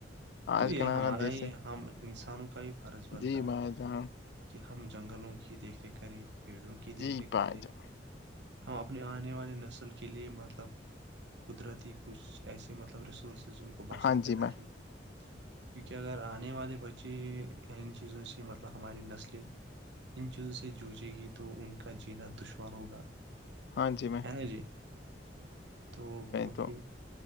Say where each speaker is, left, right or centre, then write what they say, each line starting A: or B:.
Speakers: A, on the right; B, on the left.
A: تو
B: آج
A: یہ
B: کل
A: ہمارا
B: دیش
A: ہی
B: ہے
A: ہم انسانوں کا ہی فرض بنتا
B: جی
A: ہے
B: بھائی جان
A: کہ ہم جنگلوں کی دیکھ ریکھ کریں پیڑوں کی
B: جی
A: دیکھ ریکھ
B: بھائی
A: کرے
B: جان
A: ہم اپنے آنے والے نسل کے لیے مطلب قدرتی کچھ ایسے مطلب ریسورسز ان کو بچا
B: ہاں
A: کر
B: جی
A: رکھے
B: بھائی
A: کیونکہ اگر آنے والے بچے ان چیزوں سے مطلب ہماری نسلیں ان چیزوں سے جوچے گی تو ان کا جینا دشوار ہوگا
B: ہاں جی میں
A: ہے نا جی تو بہت
B: تو
A: ہی